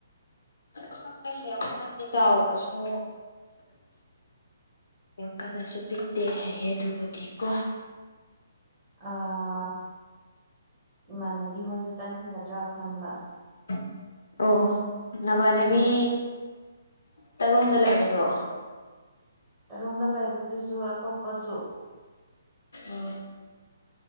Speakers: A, on the left (about 60°); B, on the right (about 20°).
A: <unintelligible> ꯈ ꯑꯗꯨꯗꯤ ꯆꯑꯣ ꯁ ꯌꯦꯡ ꯀꯟꯅꯁꯨ ꯄꯤꯛꯇꯦ ꯍꯩꯌꯦ ꯑꯗꯨꯕꯨꯗꯤ ꯀꯣ
B: ꯑꯥ ꯏꯃꯥꯟꯅꯕꯤ ꯍꯣꯏꯁꯨ ꯆꯠꯅꯤꯡꯒꯗ꯭ꯔꯥ ꯈꯟꯕ
A: ꯑꯣ ꯑꯣ ꯅꯃꯥꯟꯅꯕꯤ ꯇꯔꯨꯡꯗ ꯂꯩꯕꯗꯣ
B: ꯇꯔꯨꯡꯗ ꯂꯩꯕꯗꯨꯁꯨ ꯑꯇꯣꯞꯄꯁꯨ
A: ꯑꯣ